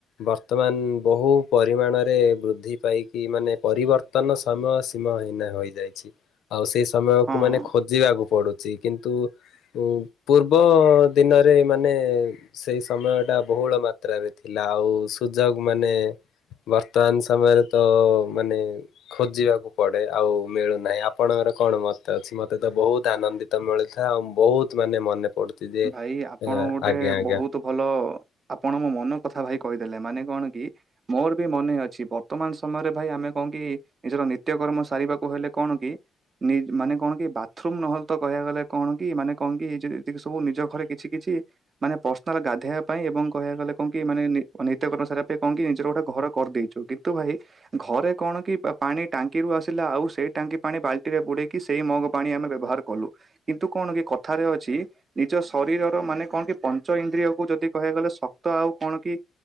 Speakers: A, on the left; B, on the right.
A: ବର୍ତ୍ତମାନ ବହୁ ପରିମାଣରେ ବୃଦ୍ଧି ପାଇକି ମାନେ ପରିବ ତନ ସମୟ ସୀମ ହିନା ହୋଇଯାଇଛି ଆଉ ସେଇ ସମୟକୁ
B: ହଁ।
A: ମାନେ। ଖୋଯିବାକୁ ପଡୁଛି କିନ୍ତୁ ଉ ପୂର୍ବ ଦିନରେ ମାନେ। ସେଇ ସମୟ ଟା ବହୁଳ ମାତ୍ରାରେ ଥିଲା ଆଉ ସୁଯୋଗ ମାନେ। ବର୍ତ୍ତମାନ ସମୟରେ ତ ମାନେ। ଖୋଜିବାକୁ ପଡେ ଆଉ ମିଳୁନାହିଁ ଆପଣଙ୍କର କଣ ମତ ଅଛି ମତେ। ମତେ ତ ବହୁତ ଆନନ୍ଦିତ ମିଳିୁଥାଏ ଆଉ ବହୁତ ମାନେ ମନେ ପଡୁଛି ଯେ
B: ଭାଇ ଆପଣ ଗୋଟେ
A: ଆଜ୍ଞା ଆଜ୍ଞା
B: ବହୁତ। ଭଲ ଆପଣ ମୋ ମନ କଥା ଭାଇ କହିଦେଲେ ମାନେ କଣ କି। ମୋର ବି ମନେ ଅଛି ବର୍ତ୍ତମାନ ସମୟରେ ଭାଇ ଆମେ କଣ କି। ନିଜର ନିତ୍ୟ କରର୍ମ ସାରିବାକୁ ହେଲେ କଣ କି। ନି ମାନେ କଣ କି ବାଥରୁମ ନହେଲେ ତ କହିବା ଗଲେ କଣ କି ମାନେ କଣ କି ଯେ ସବୁ ନିଜ ଘରେ କିଛି କିଛି। ମାନେ ପର୍ସନାଲ ଗାଧେଇବା ପାଇଁ ଏବଂ କହିବା ଗଲେ କଣ କି ମାନେ ନିତ୍ୟକର୍ମ ସାରିବା ପାଇଁ କଣ କି ନିଜର ଗୋଟେ ଘର କରିଦେଇଛୁ କିନ୍ତ। ତୁ ଭାଇ। ଘରେ କଣ କି ପାଣି ଟାଙ୍କିରୁୁ ଆସିଲା ଆଉ ସେଇ ଟାଙ୍କି ପାଣି ବାଲ୍ଟିରେ ବୁଡେଇକି ସେଇ ମଗ। ପାଣି ଆମେ ବ୍ୟବହାର କଲୁ କିନ୍ତୁ କଣ କି କଥାରେ ଅଛି। ନିଜ ଶରୀରର ମାନେ କଣ କି ପଞ୍ଚ ଇନ୍ଦ୍ରିୟକୁ ଯଦି କହିବା ଗଲେ ଶକ୍ତ ଆଉ କଣ କି।